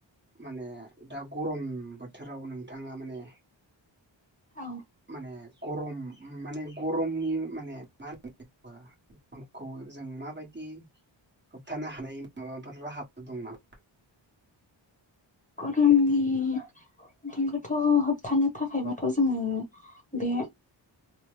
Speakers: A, on the right; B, on the left.
A: माने दा गरम बोथोराव नोंथाङा माने
B: औ।
A: माने गरम माने गरमनि माने मा होनो बेखौ <unintelligible> खौ जों माबायदि होबथानो हानाय माबाफोर राहाफोर दं नामा?
B: गरमनि बिथिंखौथ' होबथानो थाखायबाथ' जोङो बे